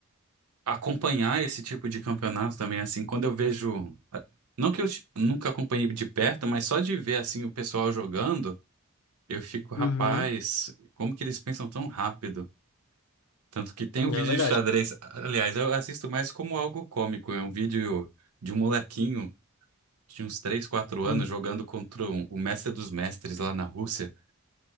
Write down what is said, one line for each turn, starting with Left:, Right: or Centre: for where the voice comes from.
Right: Acompanhar esse tipo de campeonato também, assim, quando eu vejo. Não que eu ch- nunca acompanhei de perto, mas só de ver, assim, o pessoal jogando, eu fico, rapaz,
Left: Uhum.
Right: como que eles pensam tão rápido? Tanto que tem um vídeo
Left: É verdade.
Right: de xadrez. Aliás, eu assisto mais como algo cômico, é um vídeo de um molequinho. tinha uns 3 4 anos
Left: Hum.
Right: jogando contra um- o mestre dos mestres lá na Rússia.